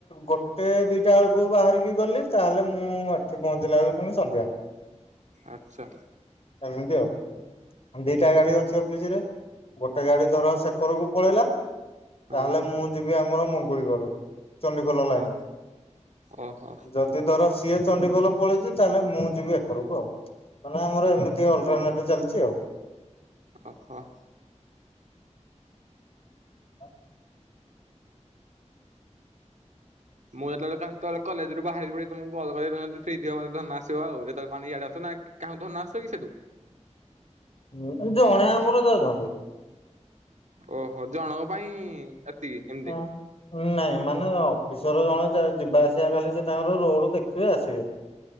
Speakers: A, on the left; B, on the right.
A: ଗୋଟେ ଦିଟା ବେଳକୁ ବାହାରିକି ଗଲି, ତାହେଲେ ମୁଁ ଏଠି ପହଞ୍ଚିଲା ବେଳକୁ ପୁଣି ସନ୍ଧ୍ୟା।
B: ଆଚ୍ଛା।
A: ଏମିତି ଆଉ। ଦିଟା ଗାଡି ଅଛି ଅଫିସରେ ଗୋଟେ ଗାଡି ଧର ସେକରକୁ ପଳେଇଲା।
B: ହଁ
A: ତାହେଲେ ମୁଁ ଯିବି ଆମର ମଙ୍ଗୁଳି କରକୁ। ଚଣ୍ଡିଖୋଲ ଲାଇନ
B: ଓ ଓହୋ
A: ଯ ଯଦି ଧର ସିଏ ଚଣ୍ଡଖୋଲ ପଳେଇଛି ତାହେଲେ ମୁଁ ଯିବି ଏକରକୁ। ଆଉ ମାନେ ଆମର ଏମିତି ଏମିତି ଅଲଟ୍ରନେଟ୍ ଚାଲିଛି ଆଉ
B: ଓହୋ।
A: ହଉ।
B: ମୁଁ ଯେତେବେଳେ କ କ କଲେଜରୁୁ ବାହାରି ପଡିବି, ତମକୁ ମୁଁ କଲ୍ କରିବି ଯଦି ଫ୍ରି ଥିବ ମତେ ଧରନ ଆସିବ ଆଉ। ତେବେଳେ ମାନେ ଇଆଡେ ଆସ ନା କାହାକୁ ଧରିଣ ଆସୁଚ କି ସେଠୁ।
A: ମୁଁ ତ ଜଣେ ଆମର ଯାଉଛେତ୍।
B: ଓହୋ ଜଣଙ୍କ ପାଇଁ। ଏତିକି କି
A: ହଁ। ନାଇଁ ମାନେ ଅଫିସର ଜଣେ ଯିବା ଆସିବା ଖାଲି ସେ ତାଙ୍କର ରୋଡ ଦେଖିବେ ଆସିବେ।